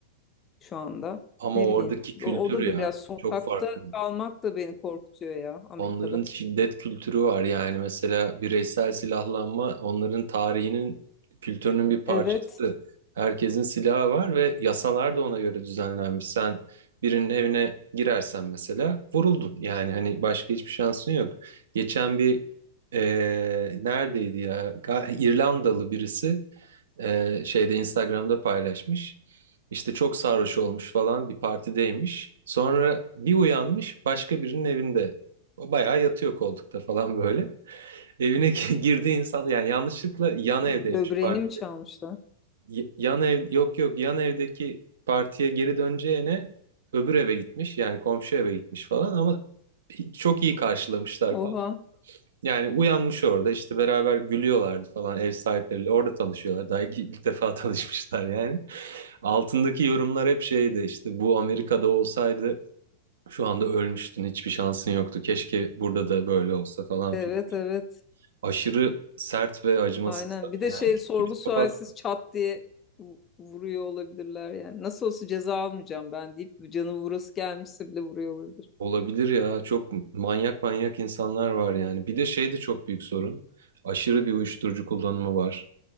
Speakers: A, on the left; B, on the right.
A: şu anda.
B: Ama
A: Ne
B: oradaki
A: bileyim.
B: kültür
A: O, o da
B: ya
A: biraz sokakta
B: çok farklı.
A: kalmak da beni korkutuyor ya Amerika'da.
B: Onların şiddet kültürü var yani mesela bireysel silahlanma onların tarihinin kültürünün bir parçası.
A: Evet.
B: Herkesin silahı var ve yasalar da ona göre düzenlenmiş. Sen birinin evine girersen mesela vuruldun. Yani hani başka hiçbir şansın yok. Geçen bir eee, neredeydi ya? Ga- İrlandalı birisi ee, şeyde Instagram'da paylaşmış. İşte çok sarhoş olmuş falan bir partideymiş. Sonra bir uyanmış başka birinin evinde. O bayağı yatıyor koltukta falan böyle. Evine <laughs> girdiği insan yani yanlışlıkla yan
A: Böbreğini
B: evdeymiş parti.
A: mi çalmışlar?
B: Y- Yan ev yok yok yan evdeki partiye geri döneceğine öbür eve gitmiş yani komşu eve gitmiş falan ama çok iyi karşılamışlar
A: Oha.
B: yani uyanmış orada işte beraber gülüyorlardı falan ev sahipleriyle orada tanışıyorlar. Daha ilk, ilk defa <laughs> tanışmışlar yani. Altındaki yorumlar hep şeydi işte bu Amerika'da olsaydı şu anda ölmüştün hiçbir şansın yoktu. Keşke burada da böyle olsa falan
A: Evet
B: filan.
A: evet.
B: Aşırı sert ve acımasız
A: Aynen.
B: böyle
A: Bir de şey
B: yani.
A: sorgu
B: Psikopat
A: sualsiz çat diye vu- vuruyor olabilirler yani. Nasıl olsa ceza almayacağım ben deyip canı vurası gelmişse bile vuruyor olabilir.
B: olabilir ya çok manyak manyak insanlar var yani. Bir de şey de çok büyük sorun. Aşırı bir uyuşturucu kullanımı var.